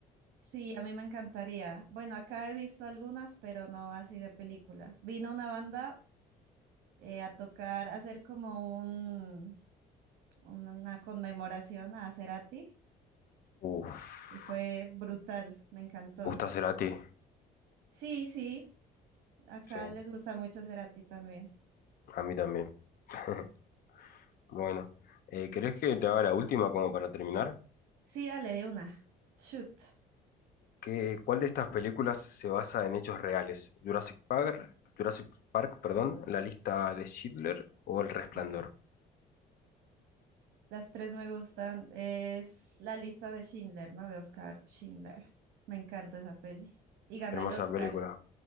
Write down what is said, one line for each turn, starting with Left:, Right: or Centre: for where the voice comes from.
Right: Sí, a mí me encantaría. Bueno, acá he visto algunas, pero no así de películas. Vino una banda eh, a tocar, a hacer como un, una conmemoración a Cerati
Left: Uf,
Right: y fue brutal, me encantó.
Left: me gusta Cerati.
Right: Sí, sí. Acá
Left: Sí,
Right: les gusta mucho Cerati también.
Left: a mí también. <laughs> Bueno, eh, ¿querés que te haga la última como para terminar?
Right: Sí, dale de una. Shoot.
Left: ¿Qué, cuál de estas películas se basa en hechos reales? ¿Jurassic Park, Jurassic Park, perdón, La lista de Schindler o El Resplandor?
Right: Ah, <laughs> Las tres me gustan. Es la lista de Schindler, ¿no? De Oscar Schindler. Me encanta esa peli. Y ganó
Left: Hermosa
Right: el Oscar.
Left: película.